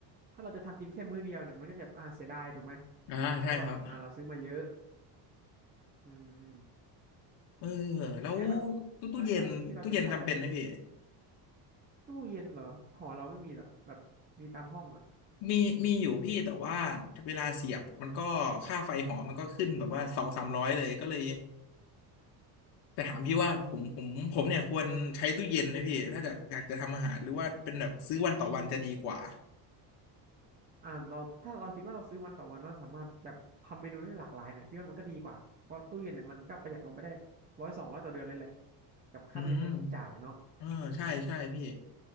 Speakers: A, on the right (about 20°); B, on the left (about 75°).
A: ถ้าเราจะทำกินแค่มื้อเดียวเนี่ยมันก็จะอ่าเสียดายถูกไหม
B: อ่าใช่ครับ
A: เพราะว่าอ่าเราซื้อมาเยอะอืม
B: เออแล้ว
A: ทีเนี้ยแบบ
B: ตู้ตู้เย็นตู้เย็นจำเป็นไหมพี่
A: นอกจากที่เราจะใช้อ่ะตู้เย็นเหรอหอเราไม่มีเหรอแบบมีตามห้องอ่ะ
B: มีมีอยู่พี่แต่ว่าเวลาเสียบมันก็ค่าไฟหอมันก็ขึ้นแบบว่าสองสามร้อยเลยก็เลย
A: อ๋อ
B: แต่ถามพี่ว่าผมผมผมเนี่ยควรใช้ตู้เย็นไหมพี่ถ้าจะอยากจะทำอาหารหรือว่าเป็นแบบซื้อวันต่อวันจะดีกว่า
A: อืมจริงๆอ่าเราถ้าเราคิดว่าเราซื้อวันต่อวันแล้วเราสามารถแบบทำเมนูได้หลากหลายเนี่ยพี่ว่ามันก็ดีกว่าเพราะตู้เย็นเนี่ยมันก็ประหยัดลงไปได้ร้อยสองร้อยต่อเดือนเลยแหละกับค่าตู้เย็นที่เราต้องจ่ายอะเนาะ
B: อืมเออใช่ใช่พี่